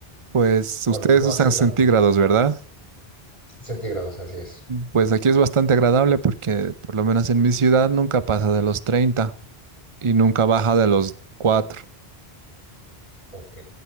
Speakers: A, on the right; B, on the left.
A: Pues
B: O
A: ustedes
B: no
A: usan
B: hace
A: centígrados,
B: tanto.
A: ¿verdad?
B: Centígrados, así es.
A: Pues aquí es bastante agradable porque por lo menos en mi ciudad nunca pasa de los 30 y nunca baja de los 4.
B: Ok.